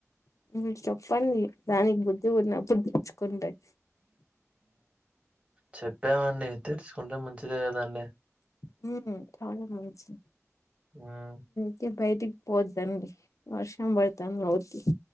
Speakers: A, on the left; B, on the right.
A: మీరు చెప్పండి దానికి బుద్ధి పుట్టినప్పుడు తెరుచ్చుకుంటాయ్
B: చెప్పామండి తెరుచుకుంటే మంచిదే కదండి
A: <unintelligible>
B: మ్మ్
A: తీ బయిటికి పోవదండి వర్షం బడతంది కాబట్టి